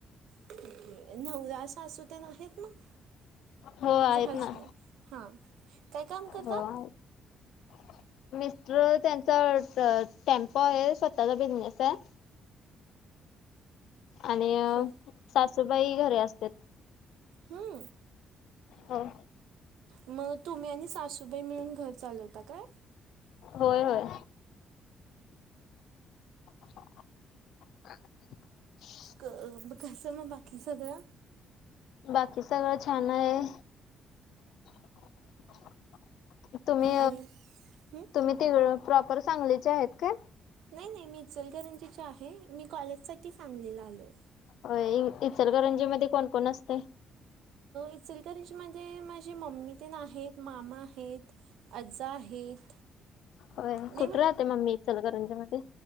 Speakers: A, on the right (about 85°); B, on the left (about 75°).
A: <unintelligible> नवरा सासू तेन आहेत मग?
B: हो
A: तुमचे
B: आहेत
A: हजबंड,
B: ना
A: हा, काय काम करतात?
B: हो <unintelligible> <inaudible> मिस्टर, त्यांचा टेम्पो आहे, स्वतःचा बिझनेस आहे. आणि
A: स्व
B: सासूबाई घरी असत्यात.
A: हा.
B: हो.
A: मग, तुम्ही आणि सासूबाई मिळून, घर चालवता काय?
B: होय होय. <unintelligible> <inaudible>
A: क कसं, म बाकी सगळ्
B: बाकी सगळं छान आहे. <unintelligible> तुम्ही,
A: आणि हं
B: तुम्ही तिकडं प्रॉपर, सांगलीचे आहेत काय?
A: नाही नाही, मी इचलकरंजीची आहे, मी कॉलेज साठी सांगलीला आले.
B: होय, इचलकरंजीमध्ये कोण-कोण असतय?
A: इचलकरजी मध्ये माझे मम्मी तेन आहेत, मामा आहेत. आज्जा आहेत.
B: होय,
A: लई
B: कुठे राहते मम्मी इचलकरंजी मध्ये?